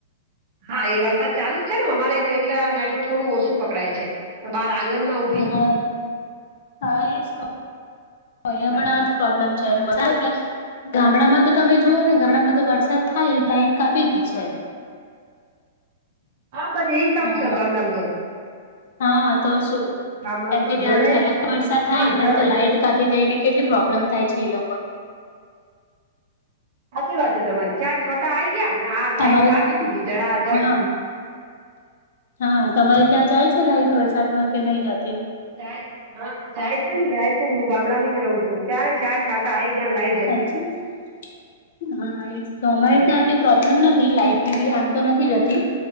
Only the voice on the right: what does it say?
હા એ વરસાદ ચાલુ જ છે ને અમારે એટલે નેટવર્ક થોડું ઓછું પકડાય છે. તો બાર આંગણ માં
વરસાદ
આવે
હા બસ એજ કામ
છે ગામડામાં તો
રામ રામ
તો
જરાય
હા ધ
જ
સાચી વાત છે તમારી. ચાર છોટા આ આવી ગયા ને આ લાઈટ
કાપી દીધી ધડાધડ.
જાય જાય છે ને જાય છેને હું ગામડા મિજ જ રહું છું ત્યારે છ છાટા આ જ્યાં લાઈ
હમ